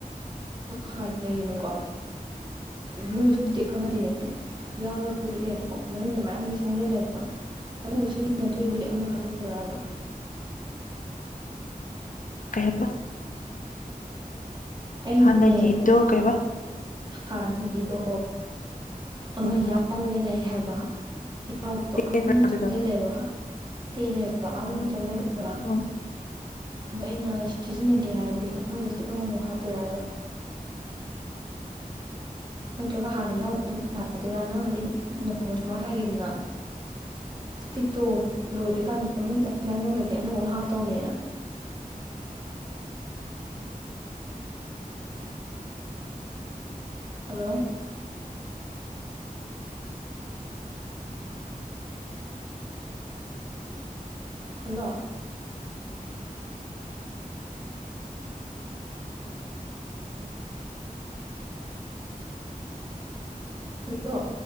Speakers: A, on the right; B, on the left.
A: ꯍꯅꯒꯤꯅꯦꯀꯣ ꯒ꯭ꯂꯨ ꯏꯁꯇꯤꯛ
B: ꯎꯝ
A: ꯑꯃꯗꯤꯅꯦ ꯌꯥꯎꯔꯒꯕꯨꯗꯤ ꯂꯩꯕꯀꯣ ꯃꯅꯨꯡꯗ ꯃꯌꯥꯝꯗꯤ ꯆꯪꯁꯤꯜꯂꯦꯕ ꯑꯅꯧꯕ ꯁꯤꯟ <unintelligible>
B: ꯎꯝ ꯀꯩꯍꯥꯕ
A: ꯑꯩꯅꯦ
B: ꯍꯥꯟꯅꯒꯤꯗꯣ ꯀꯩꯕ
A: ꯍꯥꯟꯅꯒꯤꯗꯣ ꯑꯃ
B: ꯎꯝ
A: ꯌꯥꯎꯔꯒ ꯂꯩ ꯍꯥꯏꯕ ꯌꯥꯎꯕꯗꯣ ꯑꯥ
B: ꯇꯦꯟꯕ꯭ꯔꯥ
A: ꯃꯅꯨꯡ
B: ꯑꯗꯨꯗꯣ
A: ꯆꯪꯁꯤꯜꯂꯦꯕ ꯇꯦꯜꯂꯦꯕ ꯑꯥ ꯃꯅꯨꯡ
B: ꯎꯝ
A: ꯆꯪꯖꯜꯂꯦꯕ
B: ꯎꯝ
A: ꯑꯗꯨ ꯑꯩꯅ ꯁꯤꯖꯤꯟꯅꯒꯦ ꯍꯥꯏꯔꯗꯤ ꯑꯅꯧꯕ ꯏꯁꯇꯤꯛ ꯑꯃꯃꯨꯛ ꯍꯥꯞꯇꯣꯏꯔꯕ ꯅꯠꯇ꯭ꯔꯒ ꯍꯥꯟꯅ ꯌꯥꯎ ꯌꯥꯗꯣꯏꯔꯥ ꯅꯪꯅꯗꯤ ꯅꯣꯡꯃ ꯁꯨꯃꯥꯏꯅ ꯍꯥꯏꯈꯤꯗꯅ ꯏꯁꯇꯤꯛꯇꯣ ꯂꯣꯏꯗ꯭ꯔꯤꯀꯥꯟꯗ ꯑꯥ ꯃꯅꯨꯡ ꯇꯥꯟ ꯆꯪꯁꯤꯟꯈ꯭ꯔꯗꯤ ꯑꯅꯧꯕ ꯑꯃ ꯍꯥꯞꯇꯧꯅꯦꯅ ꯍꯜꯂꯣ ꯍꯜꯂꯣ ꯍꯜꯂꯣ